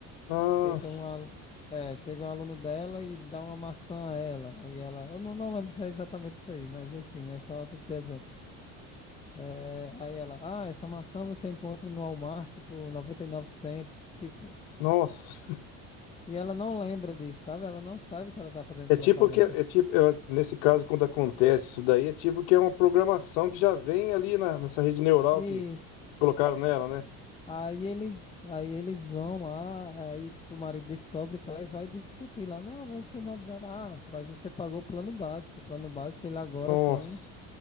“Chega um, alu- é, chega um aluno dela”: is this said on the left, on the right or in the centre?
Left